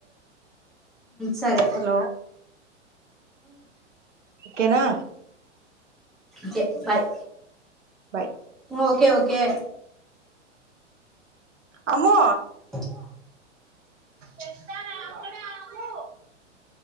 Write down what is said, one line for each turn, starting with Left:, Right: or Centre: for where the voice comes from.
Centre: సరే
Right: హలో కేనా
Centre: చ బయ్
Right: బయ్
Centre: ఓకే ఓకే
Right: అమ్మో
Centre: అ <inaudible>
Right: తెస్తాన అక్కడే ఆగు